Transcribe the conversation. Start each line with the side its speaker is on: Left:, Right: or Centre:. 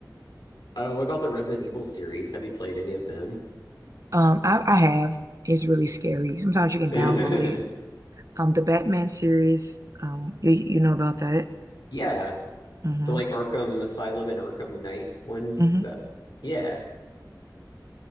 Left: Uh, what about the Resident Evil series? Have you played any of them?
Right: Um I, I have. It's really scary. Sometimes you can
Left: <laughs>
Right: download it. Um the Batman series, um you you know about that.
Left: Yeah,
Right: hmm
Left: the like Arkham Asylum and Arkham Knight ones
Right: hmm
Left: that yeah.